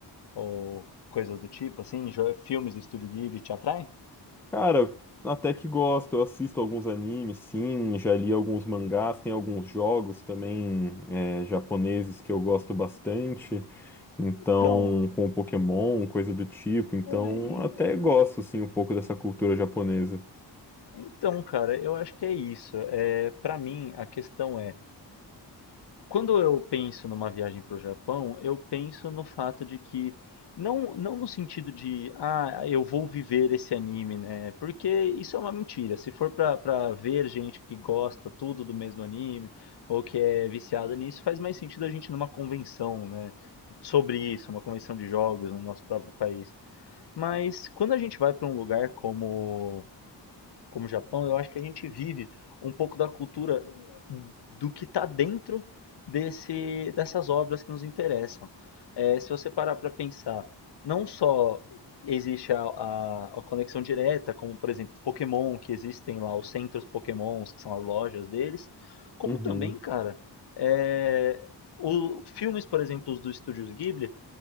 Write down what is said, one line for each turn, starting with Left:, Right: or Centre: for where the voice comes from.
Left: ou coisas do tipo, assim, jo- filmes do Estúdio Ghibli te atraem?
Centre: Cara, até que gosto, eu assisto alguns animes, sim, já li alguns mangás, tem alguns jogos também é, japoneses que eu gosto bastante, então,
Left: Então,
Centre: com Pokémon, coisa do tipo, então
Left: é,
Centre: até gosto, sim, um pouco dessa cultura japonesa.
Left: Então, cara, eu acho que é isso. É, para mim, a questão é, quando eu penso numa viagem para o Japão, eu penso no fato de que não, não no sentido de, ah, eu vou viver esse anime, né? Porque isso é uma mentira. Se for pra, pra ver gente que gosta tudo do mesmo anime ou que é viciada nisso, faz mais sentido a gente ir numa convenção, né? Sobre isso, uma convenção de jogos no nosso próprio país. Mas quando a gente vai para um lugar como como o Japão, eu acho que a gente vive um pouco da cultura do que está dentro desse, dessas obras que nos interessam. É, se você parar para pensar, não só existe a, a, a, conexão direta, como por exemplo Pokémon, que existem lá os centros Pokémons, que são as lojas deles, como
Centre: Uhum.
Left: também, cara, é, o, filmes, por exemplo, dos estúdios Ghibli,